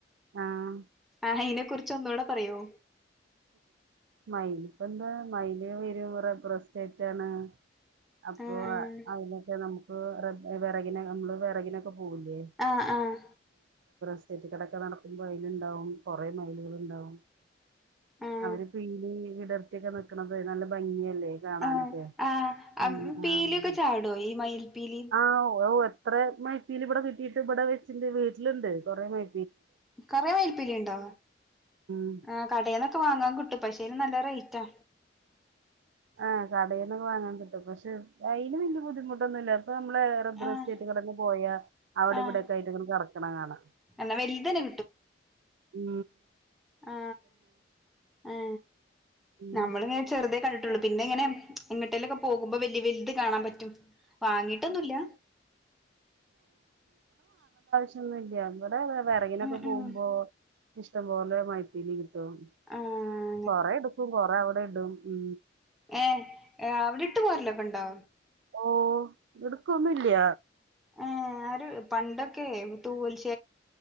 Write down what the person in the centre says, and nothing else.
ആ ഇതിനെ കുറിച്ച് ഒന്നുകൂടെ പറയോ
ആഹ്
ആഹ് ആഹ്
ആഹ്
ആഹ് ആഹ് ആഹ്
പീലിയൊക്കെ ചാടോ ഈ മയിൽപ്പീലി
കറ വേൽപ്പല ഉണ്ടോ
ആ കട ക്കെ വാങ്ങാൻ കിട്ടും പക്ഷേന് നല്ല റേറ്റാ
ആഹ്
ആഹ്
എന്നാ വലുതന്നെ
ആ ആ
നമ്മള ഇങ്ങനെ ചെറുതേ കണ്ടിട്ടുള്ളൂ പിന്ന എങ്ങനെ എങ്ങട്ടേലൊക്കെ പോകുമ്പോ വലിയ വലിയത് കാണാൻ പറ്റും വാങ്ങീട്ടൊന്നുമല്ല
ഉം
ഉം
ആഹ്
ഏ അവടെ ഇട്ട് പോരല്ലോ ഒക്കെ ഉണ്ടോ
ഏ ആര് പണ്ടൊക്കെ തൂവൽഇഷ്